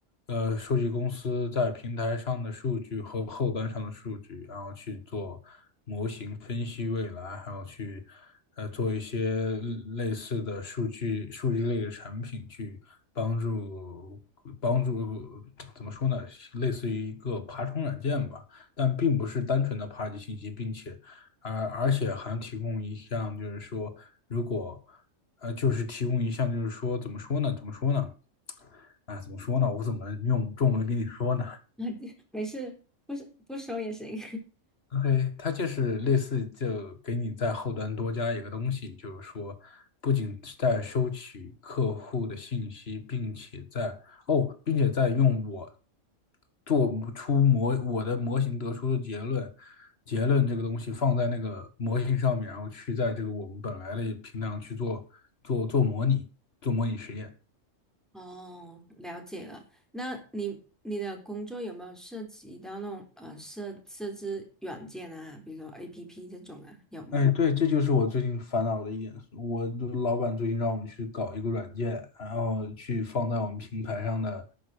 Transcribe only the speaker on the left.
呃，收集公司在平台上的数据和后端上的数据，然后去做。分析未来，还有去呃做一些类似的数据数据类的产品，去帮助帮助怎么说呢，类似于一个爬虫软件吧，但并不是单纯的爬取信息，并且而而且还提供一项就是说，如果呃就是提供一项就是说怎么说呢，怎么说呢？啊，怎么说呢？我怎么用中文跟你说呢？
OK，它就是类似就给你在后端多加一个东西，就是说，不仅是在收取客户的信息，并且在哦，并且在用我做出模我的模型得出的结论，结论这个东西放在那个模型上面，然后去在这个我们本来的平台上去做做做模拟，做模拟实验。
哎，对，这就是我最近烦恼的一点。我的老板最近让我们去搞一个软件，然后去放在我们平台上的